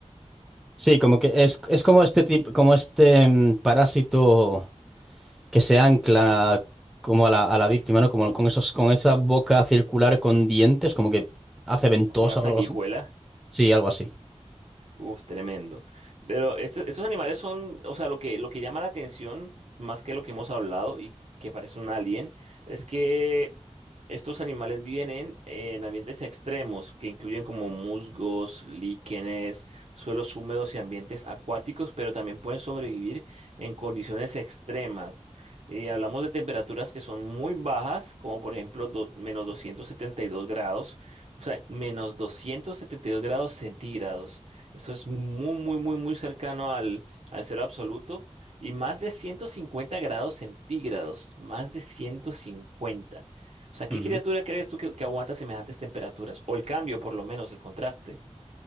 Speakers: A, in the centre; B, on the right (about 65°).
A: Sí, como que es, es como este tipo, como este mm, parásito que se ancla como a la, a la víctima, ¿no? Como con esos, con esa boca circular con dientes, como que hace ventosa
B: como una sanguijuela.
A: o algo así. Sí, algo así.
B: Uf, tremendo. Pero este- estos animales son, o sea, lo que, lo que llama la atención, más que lo que hemos hablado y que parece un alien, es que estos animales vienen en ambientes extremos, que incluyen como musgos, líquenes, suelos húmedos y ambientes acuáticos, pero también pueden sobrevivir en condiciones extremas. Y hablamos de temperaturas que son muy bajas, como por ejemplo do- menos 272 grados, o sea, menos 272 grados centígrados. Eso es muy, muy, muy, muy cercano al, al cero absoluto y más de 150 grados centígrados, más de 150. O sea, ¿qué
A: Ujú.
B: criatura crees tú que, que aguanta semejantes temperaturas? O el cambio, por lo menos, el contraste.